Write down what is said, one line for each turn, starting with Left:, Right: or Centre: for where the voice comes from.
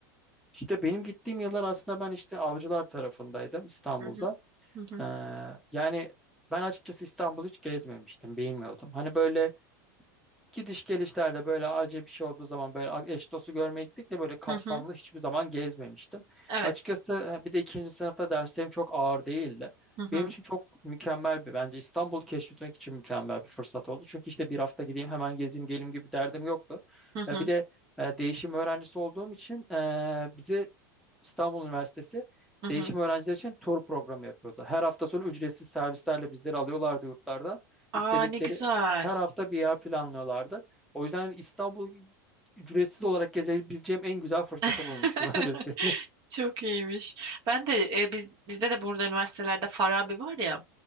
Centre: İşte benim gittiğim yıllar aslında ben işte avcılar tarafındaydım İstanbul'da.
Right: Hı hı. Hı hı.
Centre: Ee, yani ben açıkçası İstanbul'u hiç gezmemiştim, bilmiyordum. Hani böyle gidiş gelişlerle böyle acil bir şey olduğu zaman böyle eş dostu görmeye gittik de böyle kapsamlı
Right: Hı hı.
Centre: hiçbir zaman gezmemiştim.
Right: Evet.
Centre: Açıkçası e, bir de ikinci sınıfta derslerim çok ağır değildi.
Right: Hı hı.
Centre: Benim için çok mükemmel bir bence İstanbul'u keşfetmek için mükemmel bir fırsat oldu. Çünkü işte bir hafta gideyim hemen gezeyim geleyim gibi derdim yoktu.
Right: Hı hı.
Centre: E, Bir de e, değişim öğrencisi olduğum için e, bizi İstanbul Üniversitesi
Right: Hı hı.
Centre: değişim öğrenciler için tur programı yapıyordu. Her hafta sonu ücretsiz servislerle bizleri alıyorlardı yurtlarda.
Right: Aa
Centre: İstedikleri
Right: ne güzel.
Centre: her hafta bir yer planlıyorlardı. O yüzden İstanbul ücretsiz olarak gezebileceğim en güzel fırsatı
Right: <laughs>
Centre: bulmuştum <laughs> öyle söyleyeyim.
Right: Çok iyiymiş. Ben de e, biz bizde de burada üniversitelerde Farabi var ya.